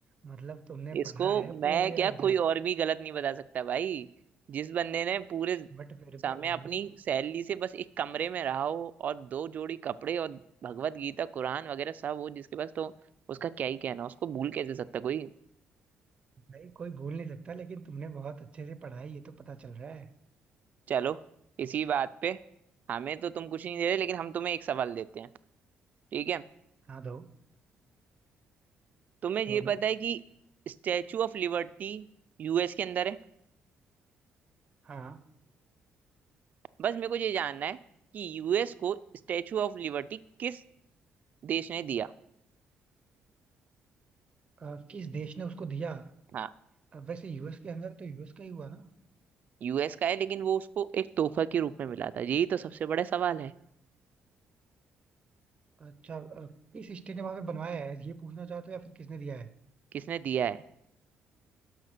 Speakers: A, on the right (about 30°); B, on the right (about 45°).
A: मतलब तुमने
B: इसको
A: पढ़ा है
B: मैं
A: पूरी
B: क्या
A: रात
B: कोई
A: जाग
B: और भी गलत नहीं बता सकता भाई जिस बंदे ने पूरे
A: बट फिर
B: समय
A: भी भाई
B: अपनी सैलरी से बस एक कमरे में रहा हो और दो जोड़ी कपड़े और भगवत गीता कुरान वगैरह सब हो जिसके पास तो उसका क्या ही कहना उसको भूल कैसे सकता कोई
A: भाई कोई भूल नहीं सकता लेकिन तुमने बहुत अच्छे से पढ़ा है ये तो पता चल रहा है
B: चलो इसी बात पे हमें तो तुम कुछ नहीं दे रहे लेकिन हम तुम्हें एक सवाल देते हैं ठीक है
A: हाँ दो
B: तुम्हें ये
A: दो दो
B: पता है कि स्टैचू ऑफ लिबर्टी यूएस के अंदर है
A: हाँ
B: बस मेरे को ये जानना है कि यूएस को स्टैचू ऑफ लिबर्टी किस देश ने दिया
A: अ, किस देश ने उसको दिया
B: हाँ,
A: अ, वैसे यूएस के अंदर है, तो यूएस का ही हुआ ना
B: यूएस का है लेकिन वो उसको एक तोहफा के रूप में मिला था यही तो सबसे बड़ा सवाल है
A: अच्छा अ, किस स्टेट ने वहां पे बनवाया है ये पूछना चाहते हो या फिर किसने दिया है
B: किसने दिया है